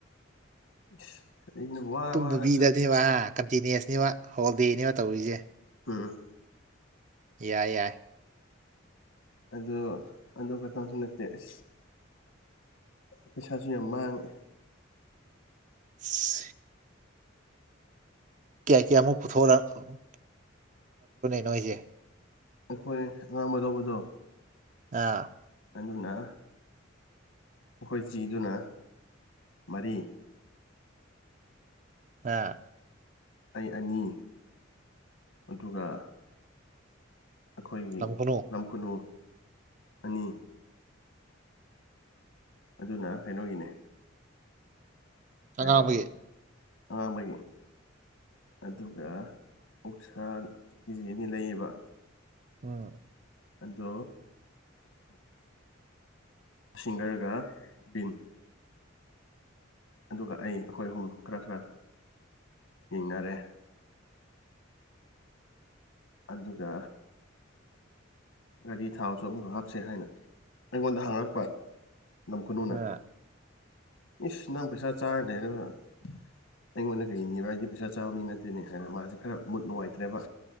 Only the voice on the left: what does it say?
ꯏꯁ ꯑꯩꯅ ꯋꯥ
ꯋꯥꯅ ꯆꯠ
ꯎꯝ
ꯑꯣ ꯑꯗꯨ ꯈꯛꯇꯪꯁꯨ ꯅꯠꯇꯦ ꯑꯁ ꯄꯩꯁꯥꯁꯨ ꯌꯥꯝ ꯃꯥꯡꯉꯦ
ꯑꯩꯈꯣꯏ ꯑꯉꯥꯡꯕ ꯂꯧꯕꯗꯣ
ꯑꯗꯨꯅ ꯑꯩꯈꯣꯏ ꯆꯤꯗꯨꯅ ꯃꯔꯤ
ꯑꯩ ꯑꯅꯤ ꯑꯗꯨꯒ ꯑꯩꯈꯣꯏꯒꯤ
ꯂꯝꯈꯨꯅꯨ ꯑꯅꯤ ꯑꯗꯨꯅ ꯀꯩꯅꯣꯒꯤꯅꯦ ꯍꯥꯏꯕ
ꯑꯉꯥꯡꯕꯒꯤ ꯑꯗꯨꯒ ꯑꯣꯛꯁꯥ ꯀꯦ ꯖꯤ ꯑꯅꯤ ꯂꯩꯌꯦꯕ
ꯑꯗꯣ ꯁꯤꯡꯒꯔꯒ ꯄꯤꯟ ꯑꯗꯨꯒ ꯑꯩ ꯑꯩꯈꯣꯏ ꯑꯍꯨꯝ ꯈꯔ ꯈꯔ ꯌꯦꯡꯅꯔꯦ ꯑꯗꯨꯒ ꯒꯥꯔꯤ ꯊꯥꯎꯁꯨ ꯑꯃꯨꯛꯀ ꯍꯥꯞꯁꯦ ꯍꯥꯏꯅ ꯑꯩꯉꯣꯟꯗ ꯍꯪꯉꯛꯄ ꯂꯝꯈꯨꯅꯨꯅ
ꯏꯁ ꯅꯪ ꯄꯩꯁꯥ ꯆꯔ ꯂꯩꯔꯒ ꯑꯩꯉꯣꯟꯗ ꯀꯔꯤꯅꯤꯕ ꯑꯩꯗꯤ ꯄꯩꯁꯥ ꯆꯥꯕ ꯃꯤ ꯅꯠꯇꯦꯅꯦ ꯍꯥꯏꯅ ꯃꯥꯁꯦ ꯈꯔ ꯃꯨꯠ ꯅꯨꯡꯉꯥꯏꯇ꯭ꯔꯦꯕ